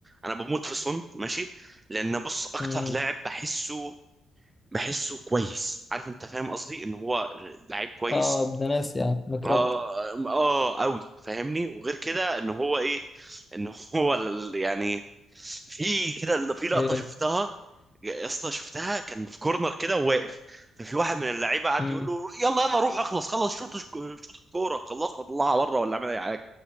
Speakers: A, on the right; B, on the left.
A: انا بموت في سون ماشي لان بص اكتر
B: مم.
A: لاعب بحسه بحسه كويس عارف انت فاهم قصدي ان هو لعيب كويس
B: اه ابن ناس يعني متربي
A: اه اه قوي فاهمني وغير كده ان هو ايه ان هو ال- يعني في كده ال- في لقطه
B: إيه.
A: شفتها يا اسطى شفتها كان في كورنر كده وواقف ففي واحد من اللعيبه قعد
B: مم.
A: يقول له يلا يلا روح اخلص خلص شوط شوط الكوره خلصها طلعها بره ولا اعمل اي حاجه